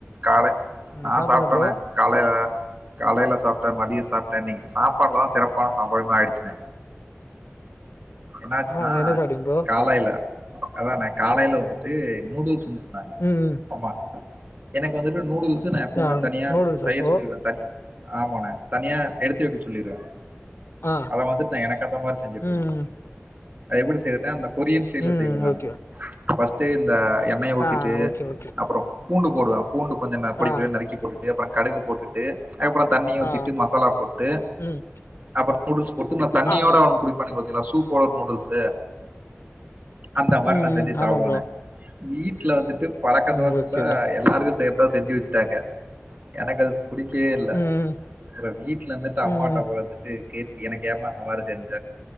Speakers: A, on the right; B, on the left.
A: காலை
B: ம்
A: நா
B: சாப்ட்டீங்களா
A: சாப்ட்டனே
B: ப்ரோ
A: காலைல காலைல சாப்ட்டே மதிய சாப்ட்டே இன்னிக் சாப்பாட்லா சிறப்பான சம்பவமா ஆயிடுச்சுனே என்னாச்சுனா
B: ஆ என்ன சாப்ட்டீங்க ப்ரோ
A: காலைல அதா நா காலைல வந்துட்டு நூடுல் செஞ்சிருந்தாங்க
B: ம் ம்
A: ஆமா எனக்கு வந்துட்டு நூடுல்ஸ் தி நா எப்பவுமே
B: ஆ
A: தனியா
B: நூடுல்ஸா
A: செய்ய
B: ப்ரோ
A: சொல்லிருவே தனியா ஆம்மாமே தனியா எடுத்து வைக்க சொல்லிருவே
B: ஆ
A: அத வந்துட்டு நா எனக்கேத்த மாரி செஞ்சுப்பே
B: ம்
A: நானு அது எப்டி செய்வனா அந்த கொரியன் ஸ்டைல்ல
B: ம்
A: செய்வ நானு
B: ஓகே
A: ஃபர்ஸ்ட்டே இந்த எண்ணய ஊத்திட்டு
B: ஆ ஓகே ஓகே
A: அப்பறோ பூண்டு போடுவ பூண்டு கொஞ்ச ந பொடி
B: ஆ
A: பொடியா நறுக்கி போட்டுட்டு அப்பறோ கடுகு போட்டுட் டு அதுக்கப்பறோ தண்ணிய ஊத்திட்டு
B: ஆ
A: மசாலா போட்டு
B: ம்
A: அப்பறோ நூடுல்ஸ் போட்டு இந்த தண்ணியோட
B: ஆ
A: அவனுங் குடிப்பாணுங்க பாத்தீங்களா சூப்போட நூடுல்ஸ்சு அந்த மாரி
B: ம்
A: நா
B: ம்
A: செஞ்சு சாப்டுவனே
B: ஆமா ப்ரோ
A: வீட்ல வந்துட்டு பழக்க
B: ம்
A: தோசத்துல
B: ஓகே ப்ரோ
A: எல்லாருக்கு செய்றதா செஞ்சு வெச்சு ட்டாங்க எனக்கு அது புடிக்கவே இல்ல
B: ம்
A: <unintelligible> வீட்ல இருந்துட்டு
B: ம்
A: அம்மாட்ட <unintelligible> து கேட்டுட் எனக்கு ஏமா அந்த மாரி செஞ்ச